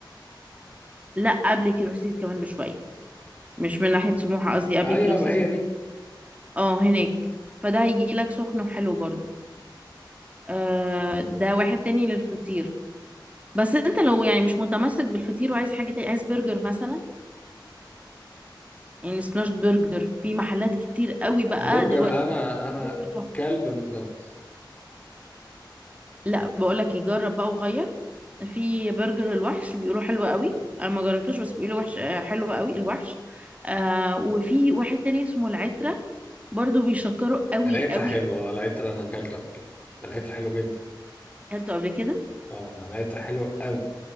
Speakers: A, on the right; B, on the left.
A: لا قبل كيروسيس كمان بشويه مش من ناحيه سموحه قصدي قبل
B: ايوه
A: كيروسيس
B: ما هي دي
A: اه هناك فده هيجي لك سخن وحلو برضو آه ده واحد تاني للفطير بس انت لو يعني مش متمسك بالفطير وعايز حاجه تاني عايز برجر مثلا يعني سماش برجر في محلات كتير قوي بقى
B: برجر
A: دلوقتي
B: انا انا
A: برجر تحفة.
B: كلب ماكدونالدز
A: لا بقول لك يجرب بقى وغير في برجر الوحش بيقولوا حلو قوي انا ما جربتوش بس بيقولوا وحش آه، حلو قوي الوحش آه وفي واحد تاني اسمه العترة برضو بيشكروا قوي
B: العطر
A: قوي
B: حلو اه العطر انا اكلته قبل كده العطر حلو جدا
A: اكلته قبل كده
B: اه العطر حلو قوي